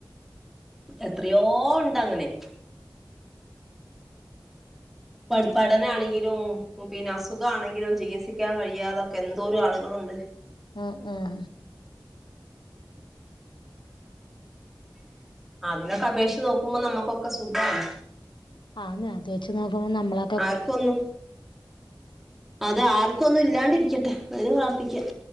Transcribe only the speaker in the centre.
എത്രയോ ഒണ്ട് അങ്ങനെ പഠ് പഠനാണെങ്കിലും പിന്നെ അസുഖാണെങ്കിലും ചികിൽസിക്കാൻ കഴിയാതൊക്കെ എന്തോരം ആളുകളോണ്ട്
അതിനൊക്കെ അപേഷിച്ച് നോക്കുമ്പോ നമുക്കൊക്കെ സുഖാണ്
ആർക്കു ഒന്നും അതെ ആർക്കൊന്നും ഇല്ലാണ്ടിരിക്കട്ടെ അതിന് പ്രാർത്ഥിക്കാം.